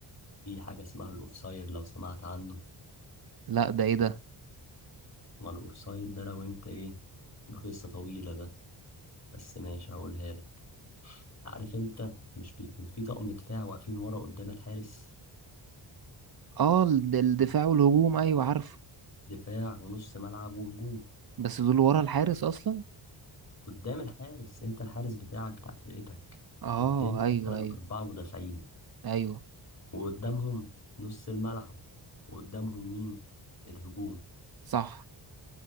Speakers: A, on the left (about 35°); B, on the right (about 50°).
A: في حاجة اسمها الاوفسايد لو سمعت عنه
B: لا ده ايه ده
A: ما الاوفسايد ده لو انت ايه ده قصة طويلة ده بس ماشي هقولها لك عارف انت مش بيكون في طقم دفاع واقفين ورا قدام الحارس
B: اه ال- ده الدفاع والهجوم ايوه عارفه
A: دفاع ونص ملعب وهجوم
B: بس دول ورا الحارس اصلا
A: قدام الحارس انت الحارس بتاعك بتاع فرقتك
B: اه
A: قدام
B: ايوه
A: مثلا
B: ايوه
A: أربعة مدافعين
B: ايوه
A: وقدامهم نص الملعب وقدامهم مين الهجوم
B: صح